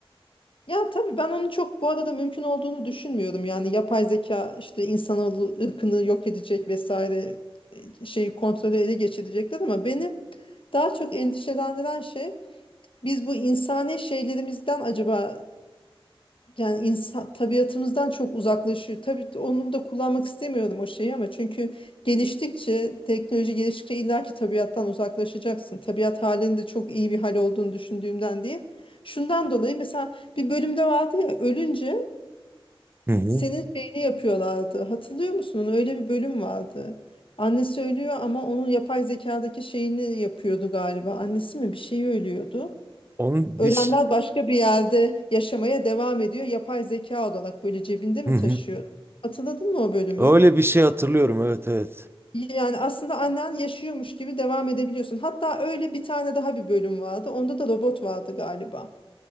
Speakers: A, on the left; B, on the right.
A: Ya tabii ben onu çok bu arada mümkün olduğunu düşünmüyorum. Yani yapay zeka işte insanoğlu ırkını yok edecek vesaire e, şeyi kontrolü ele geçirecekler ama beni daha çok endişelendiren şey biz bu insani şeylerimizden acaba yani insan tabiatımızdan çok uzaklaşıyor. Tabii onu da kullanmak istemiyorum o şeyi ama çünkü geliştikçe, teknoloji geliştikçe illaki tabiattan uzaklaşacaksın. Tabiat halinin de çok iyi bir hal olduğunu düşündüğümden değil. Şundan dolayı mesela bir bölümde vardı ya ölünce
B: Hı hı.
A: senin şeyini yapıyorlardı. Hatırlıyor musun? onu? Öyle bir bölüm vardı. Annesi ölüyor ama onun yapay zekadaki şeyini yapıyordu galiba. Annesi mi bir şeyi ölüyordu.
B: Onun
A: Ölenler
B: bir ş-
A: başka bir yerde yaşamaya devam ediyor. Yapay zeka olarak böyle cebinde mi
B: hı
A: taşıyor?
B: hı.
A: Hatırladın mı o bölümü?
B: Öyle bir şey hatırlıyorum. Evet evet.
A: Yani aslında annen yaşıyormuş gibi devam edebiliyorsun. Hatta öyle bir tane daha bir bölüm vardı. Onda da robot vardı galiba.